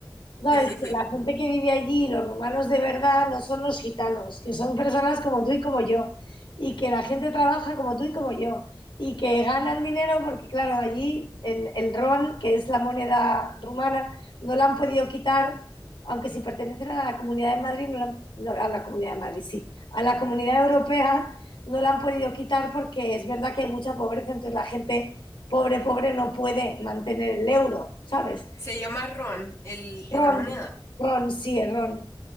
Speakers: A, on the left; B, on the left.
A: Sabes
B: <laughs>
A: que la gente que vive allí, los rumanos de verdad, no son los gitanos, que son personas como tú y como yo, y que la gente trabaja como tú y como yo, y que ganan dinero porque, claro, allí el, el ron, que es la moneda rumana, no la han podido quitar, aunque si pertenecen a la Comunidad de Madrid, no la han- no, a la Comunidad de Madrid, sí, a la Comunidad Europea no la han podido quitar porque es verdad que hay mucha pobreza, entonces la gente pobre, pobre no puede mantener el euro, ¿sabes?
B: Se llama ron, el,
A: Ron,
B: la moneda. <laughs>
A: ron, sí, el ron.